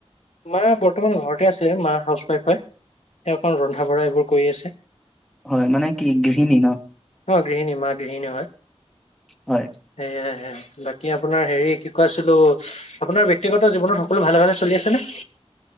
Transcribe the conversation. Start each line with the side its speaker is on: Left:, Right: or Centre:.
Left: মা বৰ্তমান ঘৰতে আছে মা হাউচৱাইফ হয় তেওঁ অকণ ৰন্ধা বঢ়া এইবোৰ কৰি আছে
Centre: হয় মানে কি গৃহণী ন
Left: অঁ গৃহিণী মা গৃহিণী হয়
Centre: হয়
Left: সেয়াই বাকী আপোনাৰ হেৰি কি কৈছিলো আপোনাৰ ব্যক্তিগত জীৱনত সকলো ভালে ভালে চলি আছে নে <inaudible>